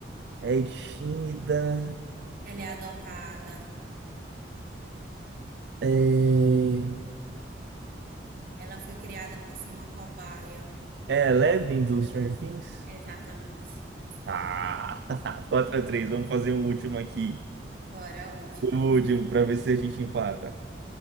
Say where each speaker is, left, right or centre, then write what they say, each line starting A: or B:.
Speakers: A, on the right (about 70°); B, on the right (about 50°).
A: É tímida.
B: Ela é adotada.
A: É,
B: Ela foi criada por ser uma cobaia.
A: é Eleven do Stranger Things?
B: Exatamente.
A: Ah, <laughs> quatro a três. vamos fazer o último aqui.
B: Bora a última.
A: O último, pra ver se a gente empata.